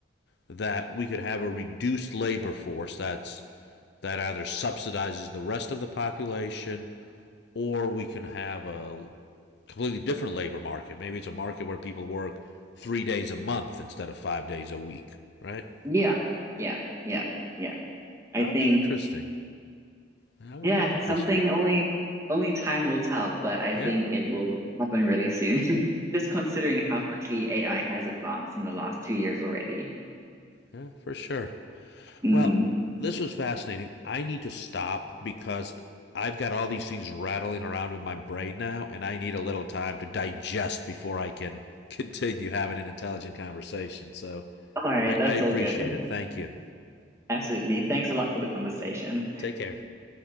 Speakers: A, on the left; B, on the right.
A: that we could have a reduced labor force that's that either subsidizes the rest of the population or we can have a completely different labor market. Maybe it's a market where people work three days a month instead of five days a week, right?
B: Yeah. Yeah. Yeah. Yeah. I
A: That would
B: think
A: be interesting. That would
B: yeah,
A: be interesting.
B: something only only time will tell, but I
A: Yeah,
B: think it will happen really soon. <laughs> Just considering how quickly AI has advanced in the last two years already.
A: yeah, for sure.
B: Mm.
A: Well, this was fascinating. I need to stop because I've got all these things rattling around in my brain now, and I need a little time to digest before I can <laughs> continue having an intelligent conversation. So
B: All right,
A: I,
B: that's
A: I appreciate
B: all good.
A: it. Thank you.
B: <laughs> Absolutely. Thanks a lot for the conversation.
A: Take care.